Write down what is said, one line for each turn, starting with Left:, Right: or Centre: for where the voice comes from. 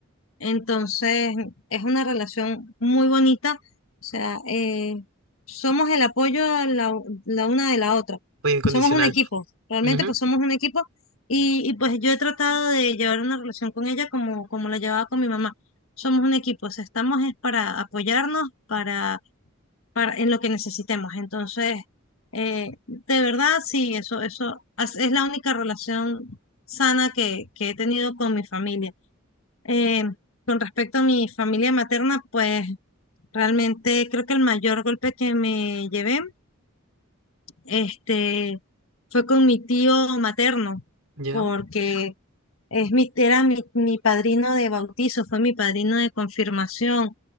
Left: Entonces, es una relación muy bonita, o sea, eh, somos el apoyo la, la una de la otra,
Right: Apoyo incondicional.
Left: somos un equipo, realmente
Right: Ujú,
Left: pues somos un equipo y, y, pues yo he tratado de llevar una relación con ella como, como la llevaba con mi mamá. Somos un equipo, o sea, estamos es para apoyarnos, para para, en lo que necesitemos. Entonces, eh, de verdad, sí, eso, eso as- es la única relación sana que, que he tenido con mi familia. Eh, con respecto a mi familia materna, pues realmente creo que el mayor golpe que me llevé, este, fue con mi tío materno,
Right: ya.
Left: porque es mi, era mi, mi padrino de bautizo, fue mi padrino de confirmación.